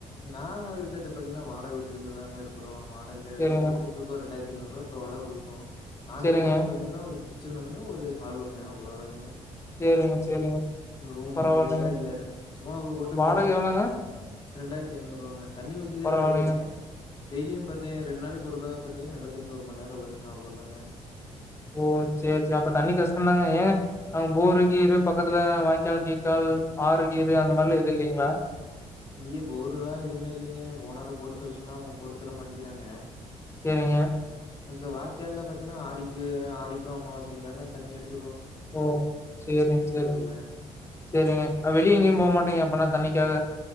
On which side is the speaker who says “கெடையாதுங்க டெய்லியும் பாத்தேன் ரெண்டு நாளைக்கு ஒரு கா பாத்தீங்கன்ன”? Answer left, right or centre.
Left